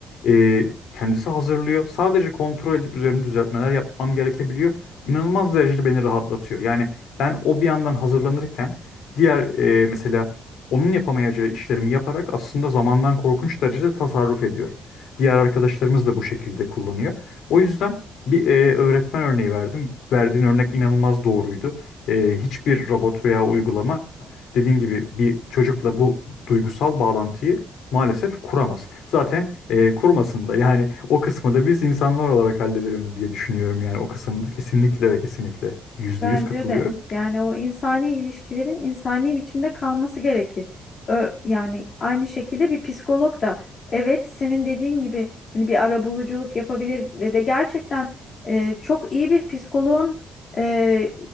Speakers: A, on the left (about 75°); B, on the left (about 50°).
A: e, kendisi hazırlıyor. Sadece kontrol edip üzerine düzeltmeler yapmam gerekebiliyor. İnanılmaz derecede beni rahatlatıyor. Yani ben o bir yandan hazırlanırken diğer e, mesela onun yapamayacağı işlerimi yaparak aslında zamandan korkunç derecede tasarruf ediyorum. Diğer arkadaşlarımız da bu şekilde kullanıyor. O yüzden bir e, öğretmen örneği verdim. Verdiğin örnek inanılmaz doğruydu. E, hiçbir robot veya uygulama dediğin gibi bir çocukla bu duygusal bağlantıyı maalesef kuramaz. Zaten e, kurmasın da yani o kısmı da biz insanlar olarak halledelim diye düşünüyorum yani o kısımda kesinlikle ve kesinlikle yüzde
B: Bence
A: yüz katılıyorum.
B: de. Yani o insani ilişkilerin insani biçimde kalması gerekir. Ö- yani aynı şekilde bir psikolog da evet senin dediğin gibi hani bir arabuluculuk yapabilir ve de gerçekten e, çok iyi bir psikoloğun e,